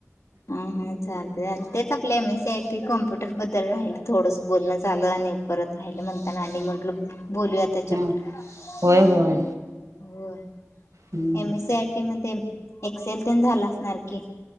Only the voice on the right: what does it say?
ह
होय होय
हम्म